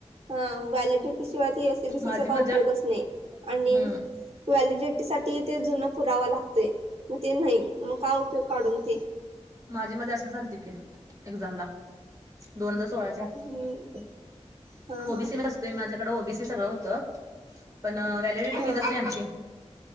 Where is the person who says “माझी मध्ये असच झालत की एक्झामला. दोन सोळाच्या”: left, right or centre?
Right